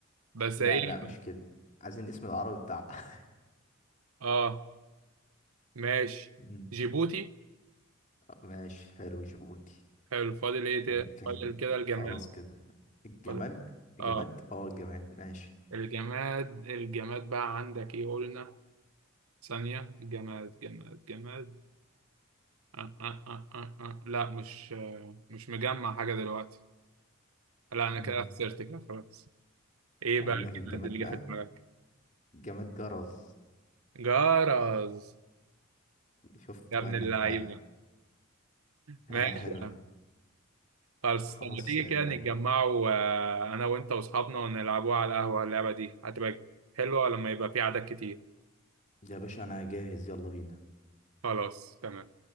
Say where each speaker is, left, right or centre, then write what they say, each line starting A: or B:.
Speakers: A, on the right; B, on the left.
A: بس
B: لا
A: ايه
B: لا مش كده عايزين اسم العربي بتاعها
A: اه ماشي
B: <laughs> مم.
A: جيبوتي
B: ماشي حلو جيبوتي
A: حلو فاضل ايه تا-
B: كان كان
A: فاضل كده الجماد
B: خلاص كده الجمال
A: فاضل
B: الجماد
A: اه
B: اه الجماد ماشي
A: الجماد الجماد بقى عندك ايه قلنا ثانية جماد جماد جماد آه آه آه آه آه. لا مش مش مجمع حاجة دلوقتي لا انا
B: مم.
A: كده خسرت كده خلاص ايه
B: اقول
A: بقى الجماد
B: لك الجماد
A: اللي
B: بقى
A: جه في دماغك
B: الجماد جرز
A: جرز
B: شفت
A: يا ابن
B: بقى انك
A: اللعيبة ماشي
B: آه حلو
A: يا عم خلاص
B: خلاص
A: طب ما تيجي
B: آه،
A: كده نتجمعوا آه، انا وانت واصحابنا ونلعبوها على القهوة اللعبة دي هتبقى حلوة لما يبقى في عدد كتير
B: يا باشا انا جاهز يلا بينا
A: خلاص تمام